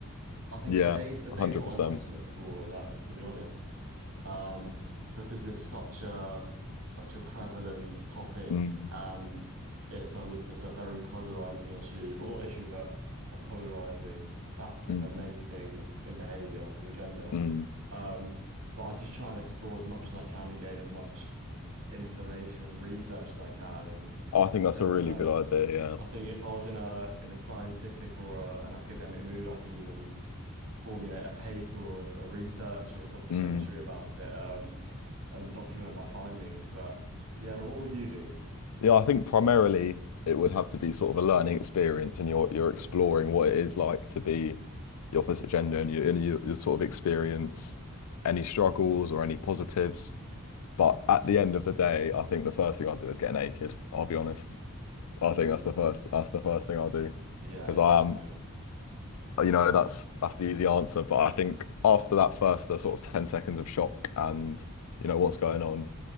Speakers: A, on the right; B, on the left.
A: I think
B: Yeah,
A: a day's a
B: 100%.
A: day's not enough to explore all of that, to be honest, um, because it's such a such a prevalent topic
B: Mm,
A: and it's a it's a very polarizing issue, or not issue, but a polarizing factor
B: mm,
A: for many things in behavior, your gender.
B: mm.
A: Um, but I just try and explore as much as I can and gain as much information and research as I can, and
B: I think
A: you
B: that's
A: never
B: a really
A: know.
B: good idea,
A: I think if I was in a in a scientific or a, an academic mood, I could even formulate a paper or a, a research or a documentary
B: yeah. Mm.
A: about it um, and document my findings. But yeah, now what would you do?
B: Yeah, I think primarily it would have to be sort of a learning experience and you're you're exploring what it is like to be the opposite gender and you and you, you sort of experience any struggles or any positives. But at the end of the day, I think the first thing I'd do is get naked, I'll be honest. I
A: Oh,
B: think that's the first that's the first thing I'll do
A: yeah,
B: because
A: interesting.
B: I am you know that's that's the easy answer. But I think after that first the sort of 10 seconds of shock and you know what's going on,